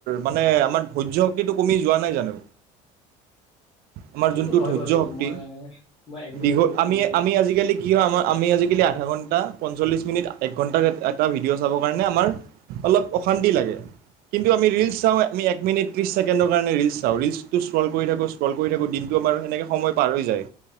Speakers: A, on the right; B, on the left.
A: মানে আমাৰ ধৈৰ্য্য শক্তিটো কমি যোৱা নাই জানো আমাৰ
B: সেইটো
A: যোনটো
B: হয়
A: ধৈৰ্য
B: বাৰু
A: শক্তি
B: মই মই এগ্ৰী
A: দীঘল
B: কৰোঁ কিন্তু
A: আমি আমি আজিকালি কি হয় আমাৰ আমি আজিকালি আধা ঘণ্টা পঞ্চল্লিছ মিনিট এক ঘণ্টাত এটা ভিডিঅ' চাব কাৰণে আমাৰ অলপ অশান্তি লাগে কিন্তু আমি ৰিলচ চাওঁ আমি এক মিনিট ত্ৰিছ ছেকেণ্ডৰ কাৰণে ৰিলচ চাওঁ ৰিলচটো শ থাকো ইস্ক্ৰল কৰি থাকো দিনটো আমাৰ সেনেকে সময় পাৰ হৈ যায়